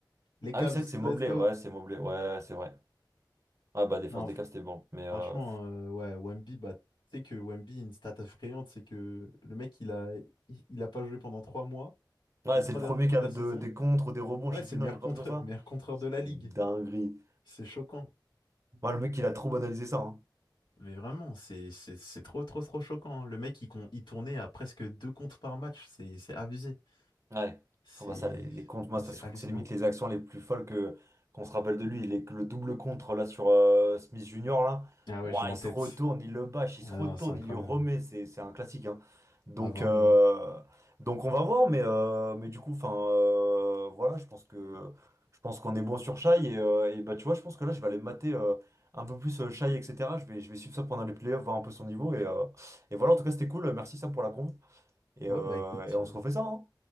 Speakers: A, on the left; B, on the right.
A: Les
B: Ah
A: Cavs,
B: oui, c'est vrai que c'est Mobley,
A: let's go!
B: ouais, c'est Mobley, ouais, c'est vrai. Ah bah défense
A: Non,
B: des
A: f-
B: cas, c'était bon, mais euh,
A: franchement, euh, ouais, Wemby, bah, tu sais que Wemby, une stat effrayante, c'est que le mec, il a, il, il a pas joué pendant trois mois.
B: Ouais,
A: Les
B: c'est
A: trois
B: le premier
A: derniers
B: qui
A: mois
B: a
A: de
B: de-
A: la saison,
B: des contres, ou des rebonds,
A: ouais,
B: je sais
A: c'est
B: plus,
A: le
B: non,
A: meilleur
B: il y a pas
A: contreur,
B: de truc comme ça.
A: meilleur contreur
B: C'est
A: de la ligue.
B: une dinguerie.
A: C'est choquant.
B: Moi, le mec, il a trop banalisé ça. hein.
A: Mais vraiment, c'est c'est- c'est trop, trop, trop choquant. hein. Le mec, il, con- il tournait à presque deux comptes par match. C'est c'est abusé.
B: Ouais.
A: C'est
B: Ah bah ça, les, les comptes, moi,
A: ah,
B: ça,
A: c'est
B: je crois
A: hallucinant.
B: que c'est limite les actions les plus folles que qu'on se rappelle de lui. Les- le double contre là sur euh, Smith Junior là.
A: Ah ouais,
B: Ouah,
A: je l'ai en
B: il
A: tête.
B: se retourne, il le bâche, il
A: Ah
B: se retourne,
A: non, c'est incroyable.
B: il lui remet. C'est c'est un classique. hein. Donc,
A: Ah vraiment.
B: euh, donc on va voir, mais, euh, mais du coup, enfin euh, voilà, je pense que je pense qu'on est bon sur Shai. Et, euh, et bah tu vois, je pense que là, je vais aller mater euh, un peu plus euh, Shai, etc. Je vais, je vais suivre ça pendant les playoffs, voir un peu son niveau. Et, euh, et voilà, en tout cas, c'était cool. Merci Sam pour la conf. Et,
A: Ouais,
B: euh,
A: bah écoute,
B: et on
A: euh,
B: se refait ça, hein.